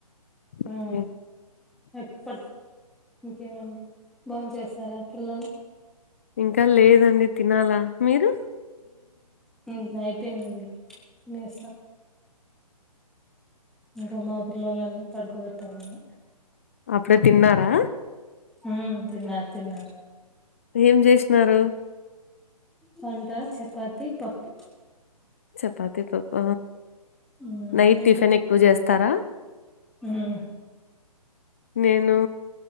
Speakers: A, in the centre; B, on the left.
A: ఆ
B: ఓకే.
A: ఇంక పడుకో ఇంకేమండి బోంచేస సరే పిల్లలు
B: ఇంకా లేదండి తినాలా మీరు
A: ఉ అయిపోయిందండి తినేస్తా ఇంకా మా పిల్లలన్నీ పడుకు పెట్టాలన్న
B: అప్పుడే తిన్నారా
A: ఉమ్ తిన్నారు తిన్నారు
B: ఏమ్ జెసినరు
A: వంట చపాతి పప్పు
B: చపాతి పప్ప
A: ఉమ్
B: నైట్
A: మీరు
B: టిఫిన్ ఎక్కువ చేస్తారా
A: ఉమ్
B: నేను